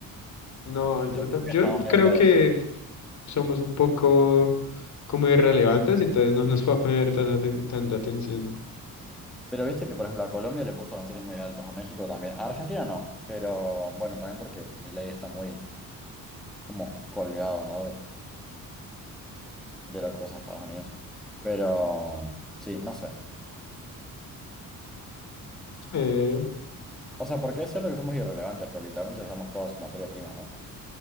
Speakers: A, on the left (about 55°); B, in the centre.
A: no, yo,
B: Yo
A: o
B: creo
A: sea,
B: que
A: yo
B: Estados Unidos
A: creo
B: lo
A: que
B: de.
A: somos un poco como irrelevantes, entonces no nos va a poner tanta, aten- tanta atención.
B: Pero viste que, por ejemplo, a Colombia le puso aranceles muy altos, a México también. A Argentina no, pero bueno, también porque mi ley está muy como colgado, ¿no? De, de lo que pasa en Estados Unidos. Pero sí, no sé.
A: Eh,
B: O sea, porque es cierto que somos irrelevantes, pero literalmente dejamos toda su materia prima, ¿no?